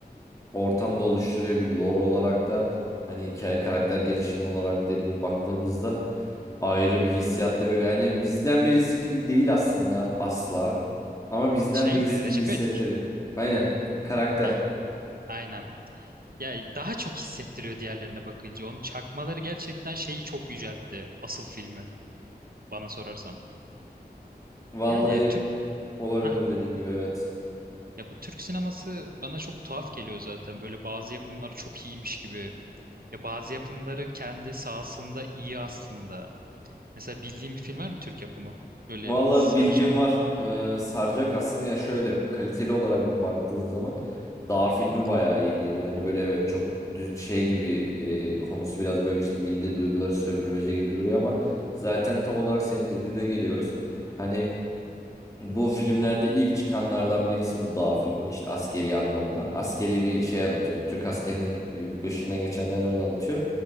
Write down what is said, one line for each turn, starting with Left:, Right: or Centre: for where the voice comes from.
Left: ortamda oluşturuyor bir lore olarak da hani hikaye karakter gelişimi olarak dediğim baktığımızda ayrı bir hissiyat da böyle yani bizden birisi gibi değil aslında asla ama bizden
Right: Şey
Left: birisi
Right: mi? Recep
Left: gibi hissettiriyor.
Right: İvedik.
Left: Aynen karakter.
Right: Heh, aynen. Ya daha çok hissettiriyor diğerlerine bakınca. Onun çakmaları gerçekten şeyi çok yüceltti asıl filmi bana sorarsan.
Left: Vallahi
Right: Yani Türk
Left: olabilir
Right: Hah.
Left: dediğin gibi evet.
Right: Ya bu Türk sineması bana çok tuhaf geliyor zaten. Böyle bazı yapımları çok iyiymiş gibi. Ya bazı yapımları kendi sahasında iyi aslında. Mesela bildiğin bir film var mı Türk yapımı? Böyle
Left: Valla
Right: saracak.
Left: bildiğim var. Ee, saracak aslında ya şöyle kaliteli olarak baktığın zaman Dağ
Right: Hı
Left: filmi
Right: hı.
Left: bayağı iyi geliyor. Hani böyle evet çok düz, şey gibi e, konusu biraz böyle işte milli duyguları sömürmece gibi duruyor ama zaten tam olarak senin dediğine geliyoruz. Hani bu filmlerde ilk çıkanlardan birisi bu dağ filmi işte askeri anlamda. Askeri bir şey anlatıyor. Yani Türk askerinin e, başından geçenlerini anlatıyor.